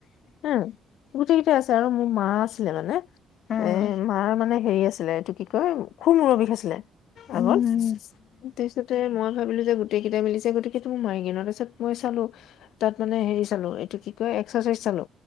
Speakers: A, on the left (about 75°); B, on the left (about 50°).
A: হু গোটেই কেইটাই আছে আৰু মোৰ মা আছিলে মানে
B: উম,
A: এ মাৰ মানে হেৰি আছিলে এইটো কি কয় খুব মূৰৰ বিষ আছিলে
B: উম,
A: আগত
B: উম,
A: তাৰপিছতে মই ভাবিলো যে গোটেই কেইটাই মিলিছে গতিকো মাৰিগিনৰ ত পিছত মই চালো তাত মানে হেৰি চালো এইটো কি কয় এক্সাৰচাইজ চালো